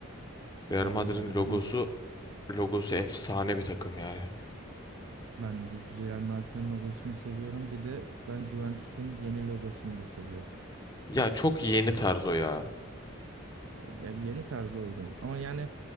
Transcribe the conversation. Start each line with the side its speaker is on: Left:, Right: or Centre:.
Left: Real
Right: Bence
Left: Madrid'in
Right: de Real
Left: logosu
Right: Madrid.
Left: logosu efsane bir takım yani.
Right: Ben de Real Madrid'in logosunu seviyorum. Bir de ben Juventus'un yeni logosunu da seviyorum.
Left: Ya çok yeni tarz o ya.
Right: Ya bir yeni tarza uygun. Ama yani